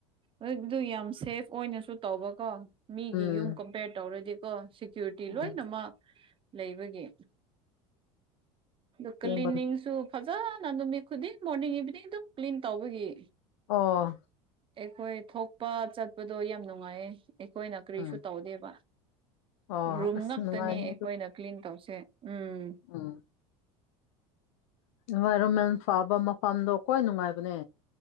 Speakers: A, on the right (about 35°); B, on the left (about 80°).
A: ꯑꯗꯨ ꯑꯗꯨ ꯌꯥꯝ ꯁꯦꯐ ꯑꯣꯏꯅꯁꯨ ꯇꯧꯕꯀꯣ ꯃꯤꯒꯤ
B: ꯎꯝ
A: ꯌꯨꯝ ꯀꯝꯄꯦꯌꯔ ꯇꯧꯔꯗꯤꯀꯣ ꯁꯤꯀ꯭ꯌꯨꯔꯤꯇꯤ
B: ꯎꯝ
A: ꯂꯣꯏꯅꯃꯛ ꯂꯩꯕꯒꯤ ꯑꯗꯨ
B: ꯁꯦꯡꯕꯅꯦ
A: ꯀ꯭ꯂꯤꯅꯤꯡꯁꯨ ꯐꯖꯅ ꯅꯨꯃꯤꯠ ꯈꯨꯗꯤꯡ ꯃꯣꯔꯅꯤꯡ ꯏꯚꯤꯅꯤꯡ ꯑꯗꯨꯝ ꯀ꯭ꯂꯤꯟ ꯇꯧꯕꯒꯤ
B: ꯑꯣ
A: ꯑꯩꯈꯣꯏ ꯊꯣꯛꯄ ꯆꯠꯄꯗꯣ ꯌꯥꯝ ꯅꯨꯡꯉꯥꯏꯌꯦ ꯑꯩꯈꯣꯏꯅ ꯀꯥꯔꯤꯁꯨ
B: ꯎꯝ
A: ꯇꯧꯗꯦꯕ
B: ꯑꯣ
A: ꯔꯨꯝ
B: ꯑꯁ
A: ꯉꯛꯇꯅꯤ
B: ꯅꯨꯡꯉꯥꯏꯅꯤ
A: ꯑꯩꯈꯣꯏꯅ ꯀ꯭ꯂꯤꯟ ꯇꯧꯁꯦ ꯎꯨꯝ
B: ꯎꯨꯝ ꯏꯟꯚꯥꯏꯔꯣꯟꯃꯦꯟ ꯐꯕ ꯃꯐꯝꯗꯣ ꯈꯋꯥꯏ ꯅꯨꯡꯉꯥꯏꯕꯅꯦ